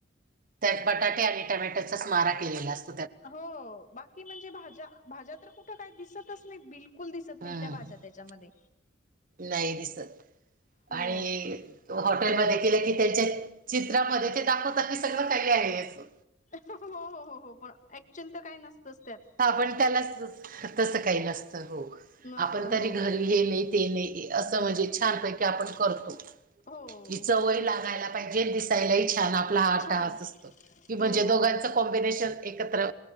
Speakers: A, on the right (about 50°); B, on the left (about 45°).
A: त्यात बटाटे आणि टमॅटोचाच मारा केलेला असत <unintelligible>
B: हो बाकी म्हणजे भाज्या भाज्या तर कुठे काही दिसतच नाही बिल <unintelligible> कुल दिसत
A: हम्म
B: नित्या भाझ्या त्याच्यामध्ये
A: नाही दिसत
B: हो
A: आणि हॉटेलमध्ये केले की त्यांच्या चित्रामध्ये ते दाखवतात की सगळं काही आहे असं
B: हो हो हो हो पण ऍक्च्युअली तर काय नसतच त्यात
A: आपण त्याला तसं काही नसतं हो
B: नसत
A: आपण
B: हो
A: तरी घरी घेणे ते नाही <unintelligible> असं म्हणजे छान पैकी आपण करतो
B: हो
A: कि चवय
B: हो हो
A: लागायला पाहिजे दिसायलाही छान आपला हा
B: छान
A: टास असतो <unintelligible> कि म्हणजे
B: हो हो
A: दोघांचं
B: हो
A: कॉम्बिनेशन एकत्र